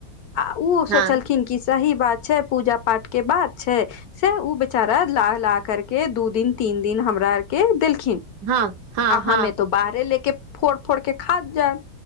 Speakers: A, on the left; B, on the right.
A: आ ओ
B: हँ
A: सोचलखिन कि सही बात छै पूजा पाठ के बात छै से ओ बेचारा ला ला कर के दू दिन तीन दिन हमरा आर के देलखिन
B: हँ हँ
A: आ हमे
B: हँ
A: त बाहरे लेके फोड़ फोड़ के खायब जायब